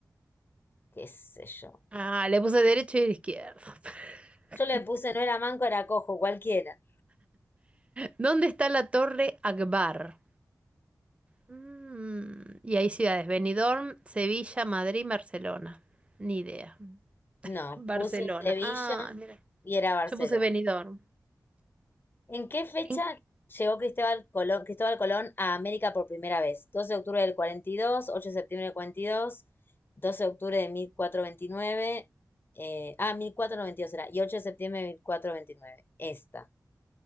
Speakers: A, on the left (about 30°); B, on the right (about 20°).
A: qué sé yo.
B: Ah, le puse derecho y izquierdo. <laughs>
A: Yo le puse, no era manco, era cojo, cualquiera.
B: ¿Dónde está la Torre Akbar? Mm, y hay ciudades, Benidorm, Sevilla, Madrid, Barcelona. Ni idea.
A: No,
B: Barcelona.
A: puse Sevilla
B: Ah, mira.
A: y era Barcelona.
B: Yo puse Benidorm.
A: ¿En qué fecha
B: En-
A: llegó Cristóbal Colón, Cristóbal Colón a América por primera vez? Doce de octubre del 42, ocho de septiembre del 42, 12 de octubre de 1429, eh, ah, 1492 era, y 8 de septiembre de mil cuatrocientos veintinueve. Esta.